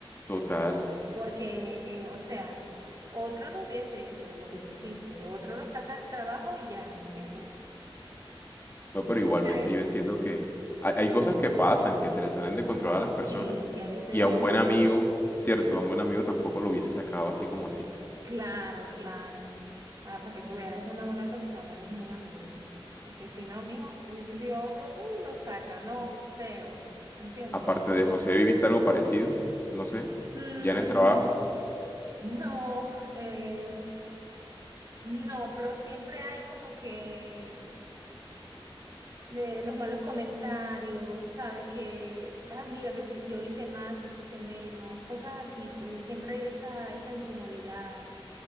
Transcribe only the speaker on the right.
Perfectamente.
Porque, eh, o sea, otro no hubiese hecho lo que tú hiciste. Otro lo saca del trabajo y ya, ¿me entiendes?
Eso
se ve.
Sí, que a veces
uno...
no-
Claro, claro. Ah, porque tú eres una buena persona, eres un buen amigo. Porque si no, mijo, hubiese sido otro, uy, lo saca. No, cero. ¿Entiendes?
Mm,
no, eh, no, pero siempre hay como que eh, los malos comentarios, ¿sabes? Que, ay, mira, que tú- yo hice más, tú hiciste menos, cosas así, pues, y siempre hay esa, esa incomodidad.